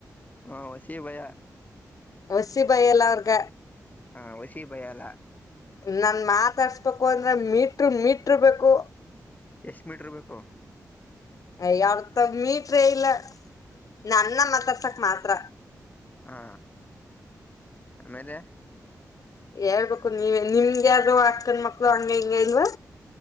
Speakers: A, on the left; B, on the left.
A: ಹಾ ವಸೀ ಭಯ
B: ವಸಿ ಭಯ ಇಲ್ಲ ಅವರೀಗ
A: ಹಾ ವಸಿ ಬಯಲ್ಲ
B: ನನ್ ಮಾತಾಡ್ಸ್ಬೇಕು ಅಂದ್ರೆ ಮೀಟ್ರು ಮೀಟ್ರು ಬೇಕು
A: ಎಷ್ಟು ಮೀಟರ್ ಬೇಕು
B: ಅಯ ಯಾವತ ಮೀಟ್ರೆ ಇಲ್ಲ ನ ಅನ್ನ ಮಾತಾಡ್ಸಕ್ ಮಾತ್ರ
A: ಹಾ ಆಮೇಲೆ
B: ಹೇಳ್ಬೇಕು ನೀವ ನಿಮ್ಗೆ ಆದರೂ ಹತ್ತ ಗಂಡ ಮಕ್ಳು ಹಂಗ ಹಿಂಗೆ ಇಲ್ವಾ